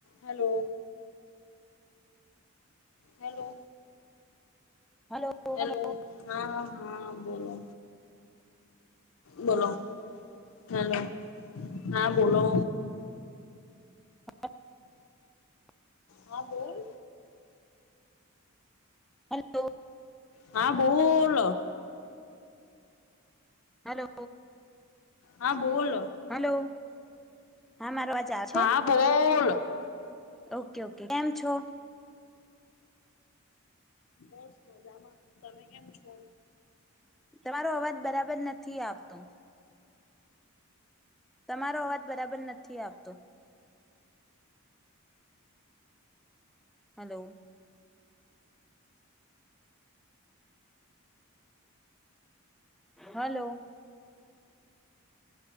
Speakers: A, on the left; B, in the centre.
A: Hello hello
B: hello hello
A: hello.
B: Hello
A: હા, હા, બોલો બોલો હેલો, હા બોલો
B: <inaudible>
A: હા બોલ
B: હલો
A: હા બોલ
B: હલો
A: હા બોલ
B: હલો હા મારો અવાજ આવે છે
A: હા બોલ
B: ઓકે ઓકે કેમ છો
A: બસ મજામાં તમે કેમ છો
B: તમારો અવાજ બરાબર નથી આવતોું તમારો અવાજ બરાબર નથી આવતો હલો હલો